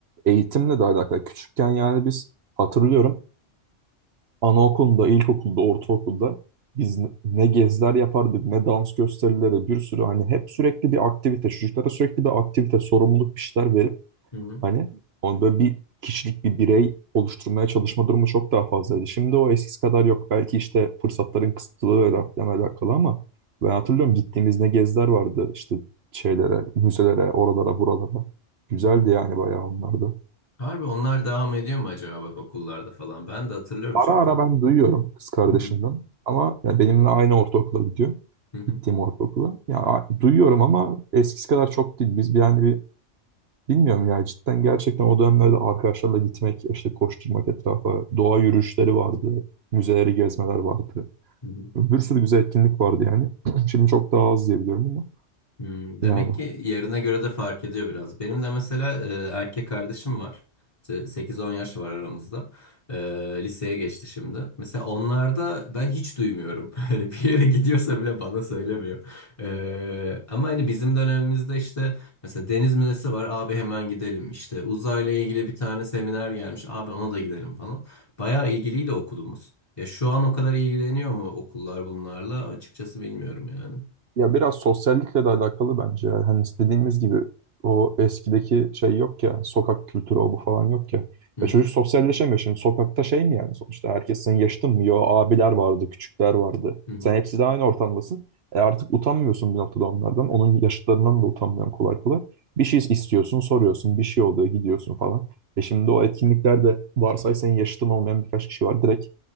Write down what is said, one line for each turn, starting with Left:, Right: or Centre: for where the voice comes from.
Right: Eğitimle de alakalı. Küçükken yani biz hatırlıyorum anaokulunda, ilkokulda, ortaokulda biz ne ne geziler yapardık, ne dans gösterileri, bir sürü hani hep sürekli bir aktivite, çocuklara sürekli bir aktivite, sorumluluk bir şeyler verip
Left: Hı hı.
Right: Hani onu böyle bir kişilik bir birey oluşturmaya çalışma durumu çok daha fazlaydı. Şimdi o eskisi kadar yok. Belki işte fırsatların kısıtlılığıyla falan alakalı ama ben hatırlıyorum gittiğimiz ne geziler vardı işte şeylere, müzelere, oralara, buralara. Güzeldi
Left: hı hı.
Right: yani bayağı onlar da.
Left: Harbi onlar devam ediyor mu acaba bak okullarda falan? Ben de hatırlıyorum
Right: Ara
Left: çünkü.
Right: ara ben duyuyorum kız kardeşimden
Left: Hı hı.
Right: ama ya benimle aynı ortaokula gidiyor.
Left: Hı hı.
Right: Gittiğim ortaokula. Ya a- duyuyorum ama eskisi kadar çok değil. Biz bir- yani bir Bilmiyorum ya cidden gerçekten o dönemlerde arkadaşlarla gitmek, işte koşturmak etrafa, doğa yürüyüşleri vardı, müzeleri gezmeler vardı.
Left: Hı hı.
Right: Bir sürü güzel etkinlik vardı yani. <clears throat> Şimdi çok daha az diye biliyorum ama
Left: Hmm, demek
Right: yani.
Left: ki yerine göre de fark ediyor biraz. Benim de mesela e, erkek kardeşim var. İşte 8-10 yaş var aramızda. E, liseye geçti şimdi. Mesela onlarda ben hiç duymuyorum. <laughs> Hani bir yere gidiyorsa bile bana söylemiyor. E, ama hani bizim dönemimizde işte mesela deniz müzesi var. Abi hemen gidelim. İşte uzayla ilgili bir tane seminer gelmiş. Abi ona da gidelim falan. Bayağı ilgiliydi okulumuz. Ya şu an o kadar ilgileniyor mu okullar bunlarla? Açıkçası bilmiyorum yani.
Right: Ya biraz sosyallikle de alakalı bence. ya. Hani dediğimiz gibi o eskideki şey yok ya. Sokak kültürü o bu falan yok ya.
Left: Hı
Right: Ya
Left: hı,
Right: çocuk sosyalleşemiyor şimdi. Sokakta şey mi yani sonuçta? Herkes senin yaşıtın mı? Yo abiler vardı, küçükler vardı.
Left: hı hı,
Right: Sen hepsi de aynı ortamdasın. E artık utanmıyorsun bir noktada onlardan. Onun yaşıtlarından da utanmıyorsun kolay kolay. Bir şey istiyorsun, soruyorsun. Bir şey oluyor, gidiyorsun falan. E şimdi o etkinliklerde varsay senin yaşıtın olmayan birkaç kişi var. Direkt